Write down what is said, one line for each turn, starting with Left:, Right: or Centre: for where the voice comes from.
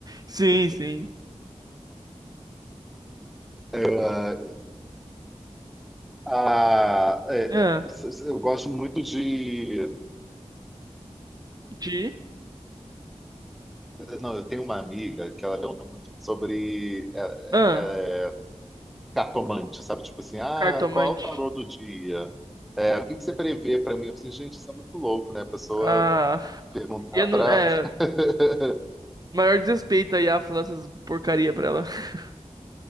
Right: Sim, sim.
Centre: Eu, ah, ah, é,
Right: Ah,
Centre: eu gosto muito de.
Right: de.
Centre: Não, eu tenho uma amiga que ela pergunta muito sobre é,
Right: Ah,
Centre: é, é, cartomante, sabe? Tipo assim, ah,
Right: cartomante.
Centre: qual é o tarô do dia? É, o que que você prevê para mim? Eu falei, gente, isso é muito louco, né? A pessoa
Right: Ah.
Centre: perguntar
Right: E Eu
Centre: para.
Right: não, é,
Centre: <laughs>
Right: maior desrespeito aí a falar essas porcaria pra ela. <laughs>